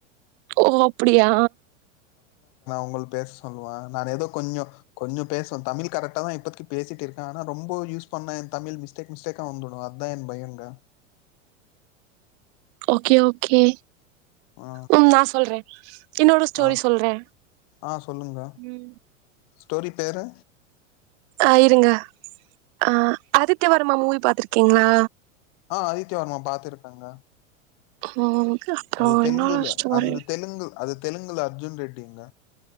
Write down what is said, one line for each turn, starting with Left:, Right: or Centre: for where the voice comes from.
Right: ஓ அப்பிடியா
Left: உங்கள் பேச சொல்லுவா நானு ஏதோ கொஞ்சோ கொஞ்சோ பேசுவ தமிழ் கரெக்டாதா இப்பத்திக்கி பேசிட்டு இரு க்கே ஆனா ரொம்ப யூஸ் பண்ணா ஏன் தமிழ் மிஸ்டேக் மிஸ்டேக்கா வந்துடு அதான் என் பயோங்க
Right: ஓகே ஓகே
Left: ஆ
Right: ம் நா சொல்றே என்னோட ஸ்டோரி
Left: ஆ
Right: சொல்றே
Left: ஆ சொல்லுங்க
Right: ம்
Left: ஸ்டோரி பேரு
Right: ஆ இருங்க ஆ ஆதித்ய வர்மா மூவி பாத்துருக்கீங்களா
Left: ஆ ஆதித்யவர்மா பாத்திருக்கங்க
Right: ம் அப்றோ
Left: அது தெலுங்குல
Right: என்னோட ஸ்டோரி
Left: அந்த தெலுங்கு அது தெலுங்குல அர்ஜுன் ரெட்டிங்க